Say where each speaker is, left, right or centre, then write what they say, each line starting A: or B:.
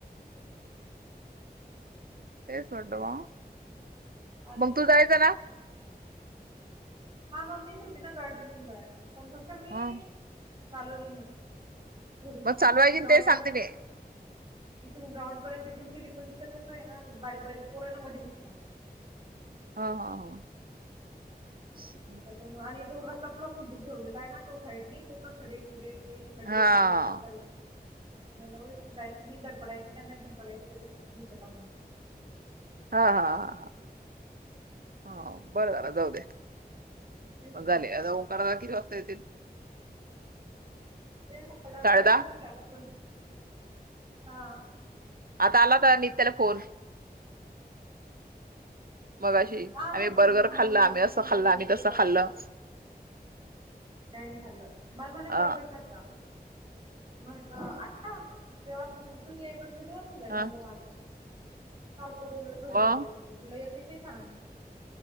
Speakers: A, on the right; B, on the right.
A: तेच म्हटलं बा
B: आले
A: मग
B: बाई.
A: तू जायचं ना.
B: हा मम्मीच होती ना गाडी घेऊन जायला पण फक्त मी
A: हं
B: चालवली नाही. थोडीशी
A: मग चालवायची
B: इथून ग्राउंड
A: ना ते सांगते
B: पर्यंत
A: मी.
B: इथून ग्राउंड पर्यंत घेऊन गेली पण तिथ कस आहे ना बारीक बारीक पोर आहे ना मध्ये घुसता.
A: ह ह ह <inaudible>
B: त्याच्यामुळे आणि तो रस्ता पुरा खदुंन ठेवलेला आहे ना. तो साईडने पूर्ण खडे खुडे ते खड्डे
A: हा.
B: खुड्डे रस्ताला मला हो जायची मी धडपडायची त्यांना घेऊन पडायची. त्यांच्यापेक्षा तुम्ही चला म्हणल.
A: हा हा हा ह हा बर झाल जाऊ दे.
B: तेच ना
A: झाले, आता ओंकारदादा कीती वाजता येतील.
B: ते साडेदहा
A: साडे
B: नंतर
A: दहा.
B: म्हटले आता हा
A: आता आला का नीत्याला फोन. मगाशी
B: हा म्हटलं
A: आम्ही बर्गर
B: मला
A: खाल्ल.
B: केला
A: आम्ही
B: म्हणे
A: अस
B: मी
A: खाल्ल.
B: नतुडीला
A: आम्ही तस खाल्ल.
B: काय नाही खाल्ल. मला म्हणे
A: अ
B: बर्गर खात का? म्हटल हा जेण तुम्ही येईपर्यंत जेवण होऊन जाईल
A: हा
B: म्हणल माझ. करून घरी
A: मग?
B: येऊ जाईल तुला एकटी नाही खानार मी